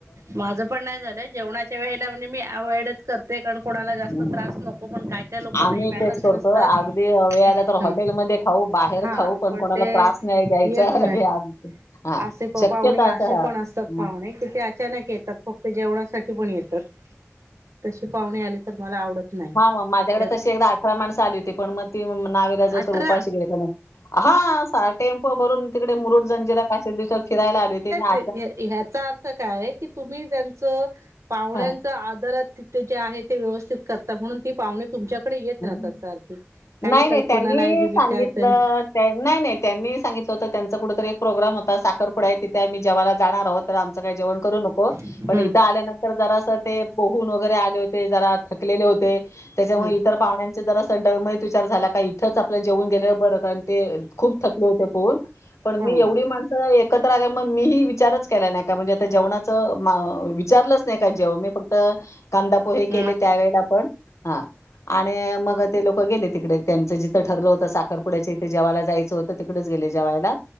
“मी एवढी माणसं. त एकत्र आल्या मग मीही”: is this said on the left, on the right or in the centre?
Left